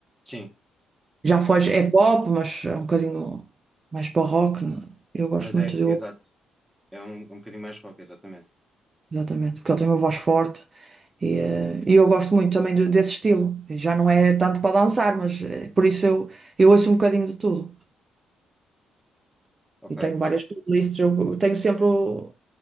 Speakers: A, in the centre; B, on the right (about 30°).
A: Sim,
B: Já
A: sim.
B: foge, é pop, mas é um bocadinho mais para o rock. né? Eu gosto
A: Mas é,
B: muito dele,
A: exato. É um, um bocadinho mais rock, exatamente.
B: exatamente, porque ele tem uma voz forte e, eh, e eu gosto muito também de- desse estilo. E Já não é tanto para dançar, mas eh, por isso eu, eu ouço um bocadinho de tudo.
A: Ok.
B: E tenho várias playlists, eu tenho sempre, o-